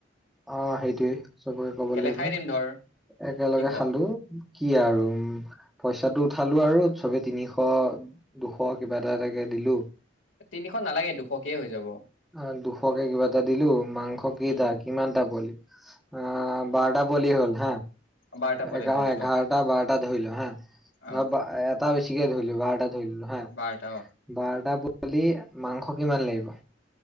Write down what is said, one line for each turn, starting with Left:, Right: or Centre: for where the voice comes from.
Centre: অ', সেইটোৱে চবকে ক'ব
Left: একেলগে
Centre: লাগিব।
Left: খাই দিম ধৰ
Centre: একেলগে
Left: কি ক?
Centre: খালো কি আৰু উম',। পইচাটো উঠালো আৰু চবে তিনিশ দুশ কিবা এটা এটাকে দিলো।
Left: তিনিশ নালাগে দুশকেই হৈ যাব।
Centre: আহ দুশকে কিবা এটা দিলো, মাংস কেটা
Left: উম,
Centre: কিমানটা পোৱালী অ'। বাৰটা পোৱালি হ'ল হা,
Left: বাৰটা পোৱালি
Centre: এঘ-
Left: ধৰিছো
Centre: এঘাৰটা
Left: অ',
Centre: বাৰটা ধৰিলো হা।
Left: অ',
Centre: ধব এটা বেছিকে ধুইলো বাৰটা ধুই লো হা,
Left: বাৰটা অ',
Centre: বাৰটা পোৱালি মাংস কিমান লাগিব?